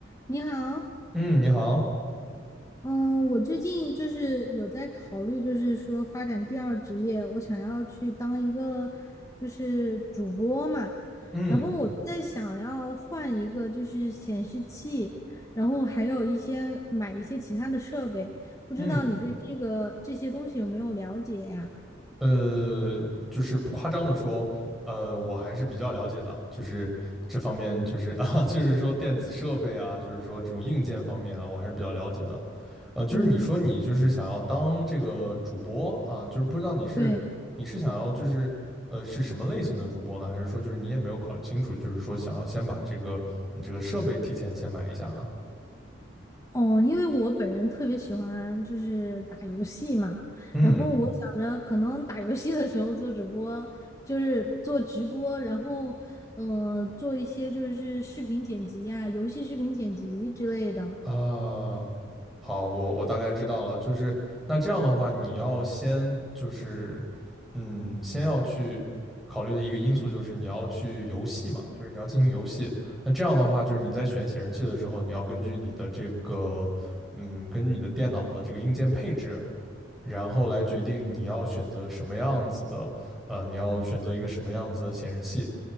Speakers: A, on the left (about 15°); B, in the centre.
A: 你好，
B: 嗯，你好，
A: 嗯，我最近就是有在考虑，就是说发展第二职业，我想要去当一个就是主播嘛，
B: 嗯
A: 然后我在想要换一个就是显示器，然后还有一些买一些其他的设备，不知道你对这个这些东西有没有了解呀？
B: 嗯，呃，就是不夸张的说，呃，我还是比较了解的，就是这方面，就是 <laughs> 啊，就是说电子设备啊，就是说这种硬件方面啊，我还是比较了解的。呃，就是你说你就是想要当这个主播啊，
A: 嗯，
B: 就是不知道你是你是想要就是呃是什么类型的主播呢？
A: 对。
B: 还是说就是你也没有考虑清楚，就是说想要先把这个你这个设备提前先买一下呢？
A: 哦，因为我本人特别喜欢就是打游戏嘛，
B: 嗯。
A: 然后我想着可能打游戏的时候做直播，就是做直播，然后呃做一些就是视频剪辑啊，游戏视频剪辑之类的。
B: 啊，好，我我大概知道了，就是那这样的话，你要先就是，嗯，先要去考虑的一个因素就是你要去游戏嘛，就是你要进行游戏。那这样的话，就是你在选显示器的时候，你要根据你的这个，嗯，根据你的电脑的这个硬件配置，然后来决定你要选择什么样子的，呃，你要选择一个什么样子的显示器。